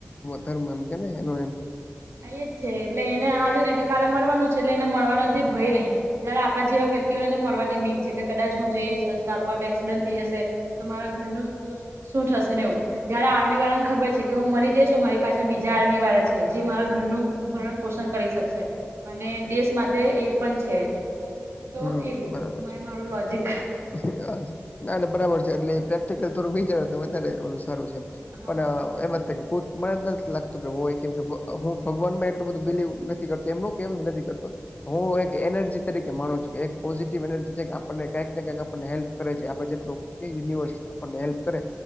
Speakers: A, on the left; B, on the right.
A: ધર્મ એમ કેને એનું એમ.
B: એ જ છે એટલે એને આજે નહી તો કાલે મરવાનું જ છે એટલે એને મરવાનો જે ભય નહીં જયારે આપણા જેવા વ્યક્તિઓને તો મળવાથી બીક છે કે કદાચ હું જઈશ રસ્તા પર એક્સિડન્ટ થઈ જશે તો મારા ઘરનું શું થશે ને એવું જયારે આર્મી વાળા ને ખબર છે કે હું મરી જઈશ તો મારી પાસે બીજા આર્મી વાળા છે જે મારા ઘરનું ભરણ પોષણ કરી શકશે અને દેશ માટે એ પણ છે તો
A: હમ
B: એ રીતનું
A: બરાબર
B: મા
A: છે
B: એ મારું લોજિક
A: ના ના બરાબર છે એટલે પ્રેક્ટિકલ થોડું જ વધ ઓલું સારું છે
B: હા
A: પણ
B: હા
A: એમાં મને નથી લાગતું કે હોય કેમ કે હું ભગવાન માં એટલું બધું બિલીવ નથી કરતો એમનું કેમ નથી કરતો હું એક એનર્જી તરીકે માનું છું એક પોઝિટિવ એનર્જી છે કે આપણને કંઈક ને કંઈક આપણને હેલ્પ કરે છે આપણે જેટલું કે યુનિવર્સ આપણને હેલ્પ કરે